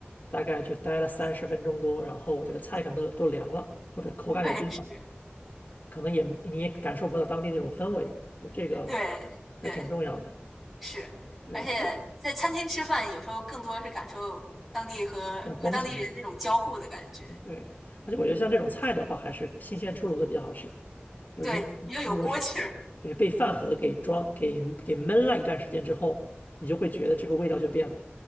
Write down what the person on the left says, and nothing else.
大概就待了三十分钟多，然后这个菜可能都都凉了，或者口感也变了，
可能也你也感受不到当地那种氛围，我觉得这个
还挺重要的。
对，
这
那风情。对，而且我觉得像这种菜的话，还是新鲜出炉的比较好吃。就如如果是
对被饭盒给装给给闷了一段时间之后，你就会觉得这个味道就变了，